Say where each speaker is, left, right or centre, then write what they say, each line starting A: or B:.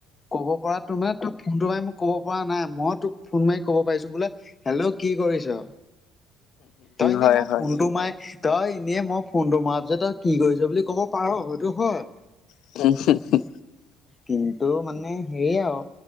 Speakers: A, on the left; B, on the left.
A: ক'ব পৰা তো, মানে তোক ফোনটো মাৰি মোক ক'ব পৰা নাই। মই তোক ফোন মাৰি ক'ব পাৰিছোঁ বোলে হেল্ল', কি কৰিছ তই এনে
B: হয়
A: মই
B: হয়
A: ফোনটো মাৰ তই এনেই, মই ফোনটো মৰাৰ পিছত তই কি কৰিছ বুলি ক'ব পাৰ হয়তো হয়।
B: <unintelligible>
A: কিন্তু মানে হেৰি আৰু